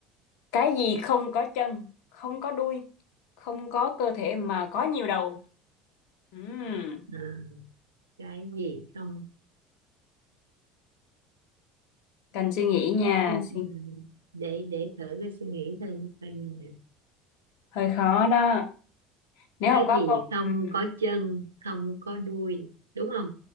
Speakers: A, on the left; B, on the right.
A: cái gì không có chân, không có đuôi, không có cơ thể mà có nhiều đầu. Ừm,
B: à, cái gì không
A: cần suy nghĩ nha.
B: Ừ,
A: Suy-
B: ừ. để để thử cái suy nghĩ thêm coi nè.
A: Hơi khó đó. Nếu
B: cái
A: không có
B: gì
A: câu...
B: không
A: ừm,
B: có chân không có đuôi đúng không